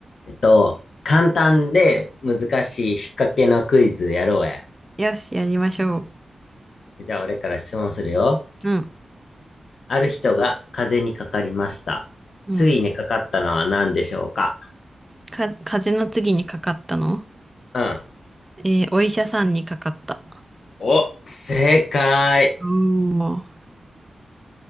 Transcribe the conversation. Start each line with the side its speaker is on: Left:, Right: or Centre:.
Left: えっと、簡単で難しい引っ掛けのクイズやろうや。
Right: よし、やりましょう。
Left: じゃあ俺から質問するよ。
Right: うん、
Left: ある人が風邪にかかりました。
Right: うん。
Left: ついにかかったのは何でしょうか
Right: か、風邪の次にかかったの
Left: うん。
Right: えーお医者さんにかかった。
Left: お、正解。
Right: おー、